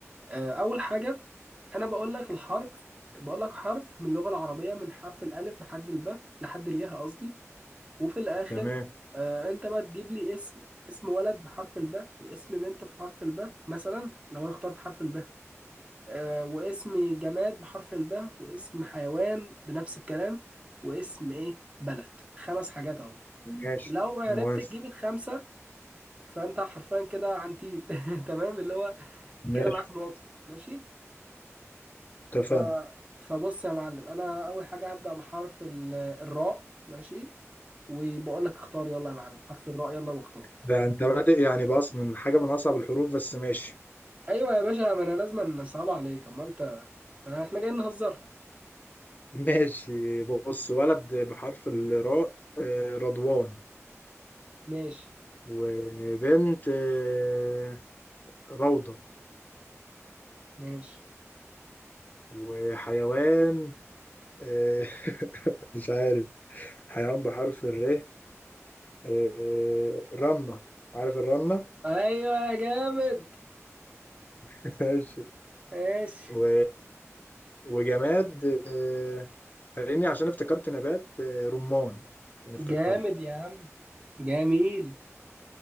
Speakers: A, on the right; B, on the left.
A: أه أول حاجة أنا بقول لك الحرف بقول لك حرف من اللغة العربية من حرف الألف لحد الباء لحد الياء قصدي وفي الآخر
B: تمام
A: أه أنت بقى تجيب لي اسم اسم ولد بحرف الباء واسم بنت بحرف الباء مثلا لو أنا اخترت حرف الباء آه، واسم جماد بحرف الباء واسم حيوان بنفس الكلام واسم ايه بلد خمس حاجات اهو
B: ماشي
A: لو عرفت
B: موافق
A: تجيب الخمسه فانت حرفيا كده عنتيل <laughs> تمام اللي هو
B: ماشي
A: كده معاك نقطه ماشي
B: اتفقنا
A: ف... فبص يا معلم انا اول حاجه هبدا بحرف ال- الراء ماشي وبقول لك اختار يلا يا معلم حرف الراء يلا واختار
B: ده انت بادئ يعني بأص... من حاجة من أصعب الحروف بس ماشي
A: ايوه يا باشا ما انا لازم نصعب عليك اما انت ده احنا جايين نهزر
B: ماشي بص ولد بحرف الراء آه، رضوان
A: ماشي
B: وبنت آه، روضة
A: ماشي
B: وحيوان آه، <laughs> مش عارف حيوان بحرف الر آه، رنة عارف الرنة
A: ايوه يا جامد
B: <laughs> ماشي
A: ماشي
B: و... وجماد آه، فاهمني عشان افتكرت نبات آه، رمان يعني افتكرته
A: جامد يا عم جميل